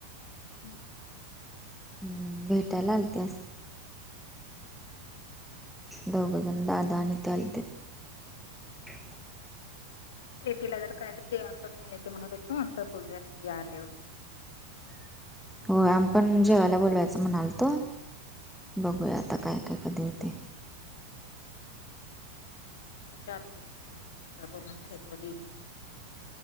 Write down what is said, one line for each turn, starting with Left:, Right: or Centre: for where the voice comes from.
Left: हम्म,
Centre: ह भेटायला आलते असं.
Left: हम्म,
Centre: दोघंजण दादा आणि ताई आलतेत <unintelligible>
Left: ते तिला जरा काय तरी देवाण करून यायच म्हणत होतो आता बघूयात ही आल्यावर
Centre: होय आम्ही पण जेवायला बोलवायचं म्हणालतो बघूया आता काय काय कधी होते
Left: त्या आरती पण नाही <unintelligible>